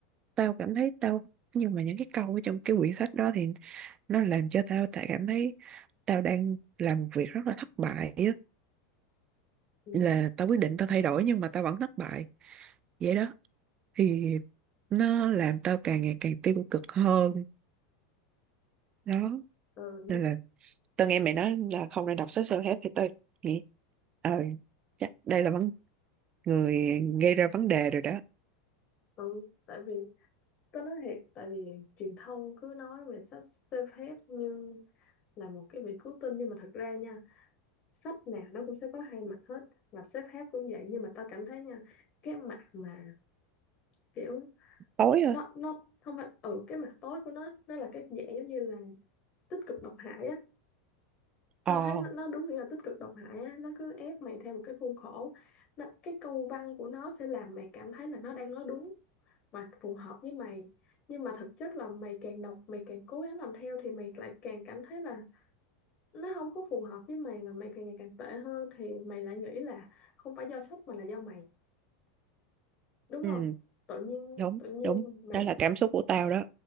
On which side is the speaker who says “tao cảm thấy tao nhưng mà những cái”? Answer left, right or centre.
Right